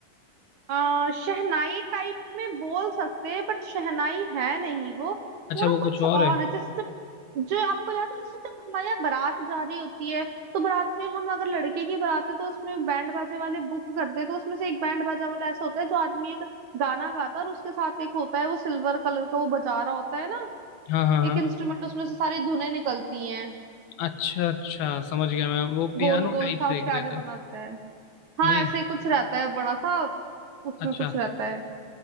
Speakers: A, on the right; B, on the left.
A: आ, शहनाई टाइप में बोल सकते हैं बट शहनाई है नहीं वो
B: अच्छा
A: वो ना
B: वो
A: कुछ
B: कुछ
A: और
B: और है
A: है जैसे जब जो आपको याद है जैसे जब हमारे यहाँ बारात जा रही होती है तो बारात में हम अगर लड़के की बारात है तो उसमें बैंड बाजे वाले बुक करते हैं तो उसमें से एक बैंड बाजा वाला ऐसा होता है जो आदमी एक गाना गाता है और उसके साथ एक होता है वो सिल्वर कलर का वो बजा रहा होता है ना
B: हाँ हाँ हाँ
A: एक इंस्ट्रूमेंट उसमें से सारी धुनें निकलती हैं
B: अच्छा अच्छा समझ गया मैं वो पियानो
A: गोल गोल
B: टाइप
A: सा
B: से
A: उसके
B: एक
A: आगे
B: रहता
A: बना
B: है
A: रहता है हाँ
B: नहीं
A: ऐसे कुछ रहता है बड़ा सा उसमें
B: अच्छा
A: कुछ रहता है